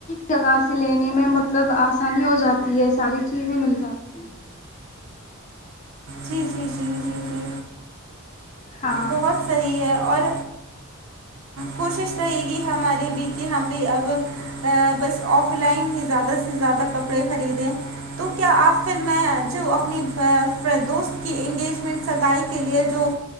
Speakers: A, on the left (about 35°); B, on the right (about 65°).
A: جگہ سے لینے میں مطلب آسانی ہو جاتی ہے ساری چیزیں مل جاتی ہیں
B: جی جی جی جی جی
A: ہاں
B: بہت صحیح ہے اور کوشش رہے گی ہماری بھی کہ ہم بھی اب ا بس آف لائن ہی زیادہ سے زیادہ کپڑے خریدیں تو کیا آپ پھر میں جو اپنی دوست کی انگیجمنٹ سگائی کے لیے جو